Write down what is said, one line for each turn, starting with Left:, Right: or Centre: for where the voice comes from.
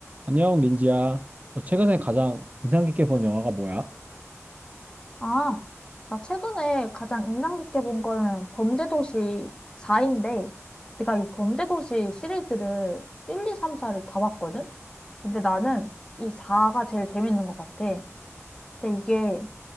Right: 안녕, 민지야. 너 최근에 가장 인상 깊게 본 영화가 뭐야?
Left: 아, 나 최근에 가장 인상 깊게 본 거는 범죄도시 4인데, 내가 이 범죄도시 시리즈를 1, 2, 3, 4를 다 봤거든? 근데 나는 이 4가 제일 재밌는 것 같아. 근데 이게